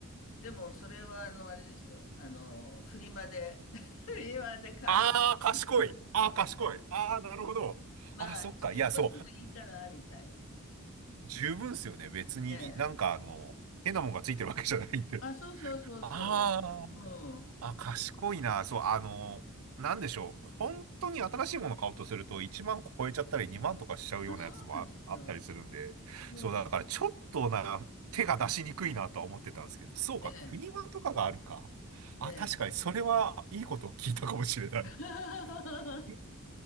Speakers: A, on the left; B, on the right.
A: でも、それは、あの、あれですよ。あの、フリマで、<laughs> フリマで買って、
B: ああ、賢い。
A: <laughs>
B: ああ、
A: まあ、
B: 賢い。ああ、なるほど。
A: まあ中古でもいいかな、
B: ああ、そっか。いや、そう。
A: みたいな。
B: 十分っすよね。別になんかあの、
A: ええ。
B: 変なもんがついてるわけじゃないんで。
A: あ、そうそうそうそう。
B: あ
A: うん。
B: あ、あ、賢いな。そう、あの、なんでしょう。本当に新しいもの買おうとすると1万超えちゃったり2万とかしちゃうようなやつもあ、
A: あ、そうなんですよ。
B: あったりするんで。
A: そうそう。
B: そう、だからちょっとな、手が出しにくいなとは思ってたんですけど。そうか、
A: ええ。
B: フリマとかがあるか。あ、
A: ええ。
B: 確かにそれはいいことを聞いたかもしれない。
A: <laughs>
B: <laughs> え